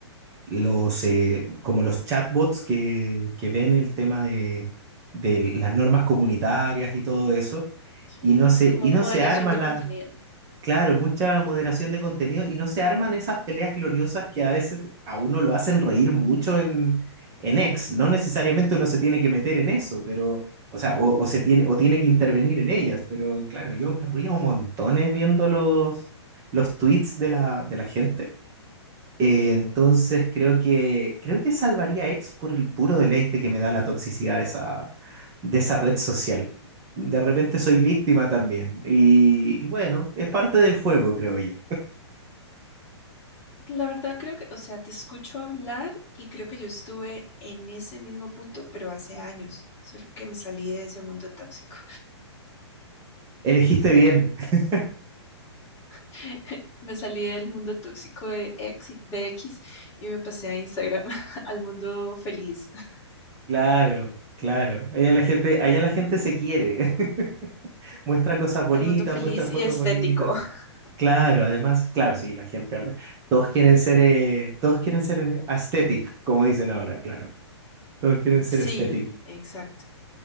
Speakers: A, on the right; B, on the left.
A: los, eh, como los chatbots que, que ven el tema de, de las normas comunitarias y todo eso,
B: Sí,
A: y no se,
B: como
A: y
B: moderación
A: no se arma
B: de
A: la-
B: contenido.
A: Claro, mucha moderación de contenido y no se arman esas peleas gloriosas que a veces a uno lo hacen reír mucho en, en X. No necesariamente uno se tiene que meter en eso, pero, o sea, o, o se tiene, o tiene que intervenir en ellas, pero claro, yo me río montones viendo los, los tweets de la, de la gente. Eh, entonces creo que, creo que salvaría a X por el puro deleite que me da la toxicidad de esa, de esa red social. De repente soy víctima también. Y, y bueno, es parte del juego, creo yo.
B: La verdad creo que, o sea, te escucho hablar y creo que yo estuve en ese mismo punto, pero hace años, solo que me salí de ese mundo tóxico.
A: Elegiste bien. <laughs>
B: <laughs> Me salí del mundo tóxico de X, de X y me pasé a Instagram, <laughs> al mundo feliz, <laughs>
A: Claro, claro. Allá la gente, allá la gente se quiere. <laughs> Muestra cosas bonitas,
B: al mundo feliz
A: muestra fotos
B: y estético.
A: bonitas.
B: <laughs>
A: Claro, además, claro, sí, la gente ahora. Todos quieren ser, eh, todos quieren ser eh, aesthetic, como dicen ahora, claro. Todos quieren ser
B: Sí,
A: aesthetic.
B: exacto,